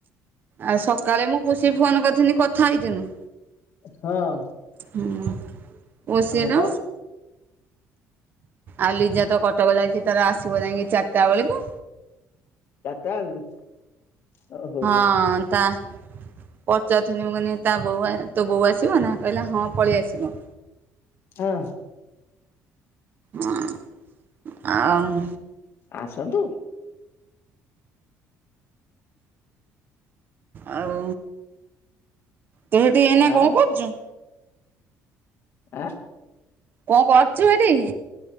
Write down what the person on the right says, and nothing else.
ଆ ସକାଳେ ମୁଁ ପୋଷିକି ଫୋନ କରିଥିନି କଥା ହେଇଥିନୁ।
ହୁଁ ଓସିରୋ।
ଆଉ ଲିଜା ତ କଟକ ଯାଇଚି ତାର ଆସିବ ଯାଇକି ଚାରିଟା ବେଳକୁ।
ହଁ ତା ପଚାରୁଥଥିଲି ମୁଁ କହିଲି ତା ତୋ ବୋଉ ତୋ ବୋଉ ଆସିବ ନା କହିଲା ହଁ ପଳେଇ ଆସିବ।
ହିଁ ଆଉ
ଆଉ ତୁ ଏଇଠି ଏଇନା
କଁ କରୁଚୁ?
କଁ କରୁଚୁ ଏଠି?